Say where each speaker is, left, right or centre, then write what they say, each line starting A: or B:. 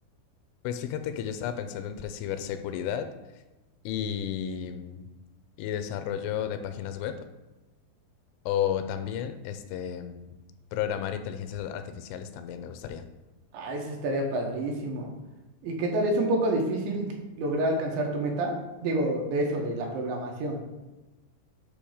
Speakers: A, on the left; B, on the right.
A: Pues fíjate que yo estaba pensando entre ciberseguridad y, y desarrollo de páginas web, o también este, em, programar inteligencias artificiales también me gustaría.
B: Ah, eso estaría padrísimo. ¿Y qué tal? ¿Es un poco difícil lograr alcanzar tu meta? Digo, de eso, de la programación.